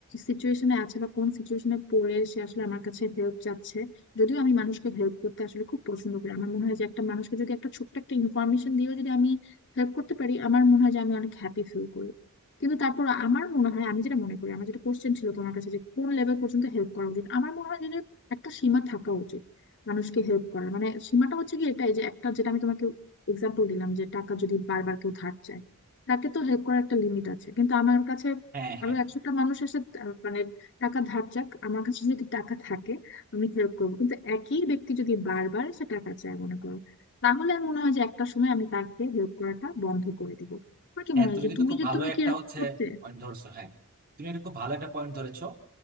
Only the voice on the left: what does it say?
সিচুয়েশনে আছে বা কোন সিচুয়েশনে পড়ে সে আসলে আমার কাছে হেল্প চাচ্ছে যদিও আমি মানুষকে হেল্প করতে আসলে খুব পছন্দ করি আমার মনে হয় যে একটা মানুষকে যদি একটা ছোট্ট একটা ইনফরমেশন দিয়েও যদি আমি হেল্প করতে পারি আমার মনে হয় যে আমি অনেক হ্যাপি ফিল করি কিন্তু তারপর আমার মনে হয় আমি যেটা মনে করি আমার যেটা কোশ্চেন ছিল তোমার কাছে যে কোন লেভেল পর্যন্ত হেল্প করা উচিত আমার মনে হয় যে একটা সীমা থাকা উচিত মানুষকে হেল্প করার মানে সীমাটা হচ্ছে কি এটাই যে একটা যেটা আমি তোমাকে এক্সাম্পল দিলাম যে টাকা যদি বারবার কেউ ধার চায় তাকে তো হেল্প করার একটা লিমিট আছে কিন্তু আমার কাছে
আরো
একশোটা মানুষ এসে আহ, মানে টাকা ধার চাক আমার কাছে যদি টাকা থাকে আমি হেল্প করবো কিন্তু একই ব্যক্তি যদি বারবার সে টাকা চায় মনে করো তাহলে আমি মনে হয় যে একটা সময় আমি তাকে হেল্প করাটা বন্ধ করে দিব আমার কি
মনে হয়
যে
তুমি
যে
তুমি কি
এরকম
করতে